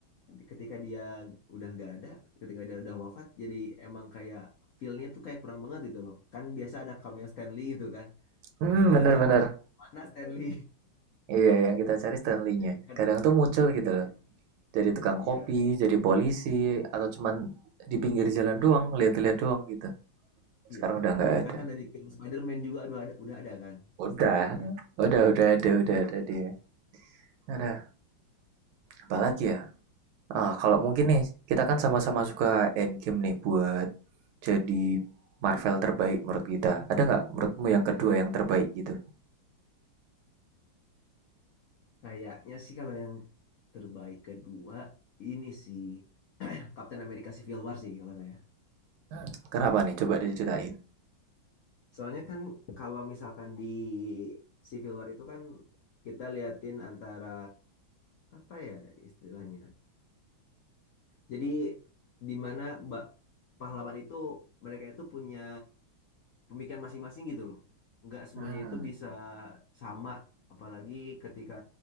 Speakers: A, on the left (about 80°); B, on the right (about 80°).
A: ketika dia udah gak ada, ketika dia udah wafat, jadi emang kayak feel-nya tuh kayak kurang banget gitu loh. Kan biasa ada cameo Stanley gitu kan.
B: Hmm,
A: Pas gak
B: bener-bener.
A: ada kok, mana Stanley?
B: Iya, yang kita cari Stan Lee-nya.
A: <laughs> Kan,
B: Kadang tuh muncul gitu
A: iya,
B: loh. Jadi tukang
A: iya,
B: kopi, jadi polisi, atau cuman di pinggir jalan doang, lihat-lihat doang gitu.
A: iya.
B: Sekarang udah nggak
A: Bahkan
B: ada.
A: kan dari film Spider-Man juga udah ada, udah ada kan
B: Udah,
A: Stanley itu kan.
B: udah, udah ada,
A: Eh,
B: udah ada dia. Ada, apalagi ya? Ah, kalau mungkin nih, kita kan sama-sama suka Endgame nih buat jadi Marvel terbaik menurut kita. Ada nggak menurutmu yang kedua
A: Iya.
B: yang terbaik gitu?
A: Kayaknya sih kalau yang terbaik kedua ini sih Captain America Civil War sih kalau saya.
B: Hmm. Kenapa nih? Coba diceritain.
A: Soalnya kan kalau misalkan di Civil War itu kan kita liatin antara apa ya istilahnya. Jadi di mana ba- pahlawan itu mereka itu punya pemikiran masing-masing gitu loh. Nggak semuanya
B: Iya hmm.
A: itu bisa sama, apalagi ketika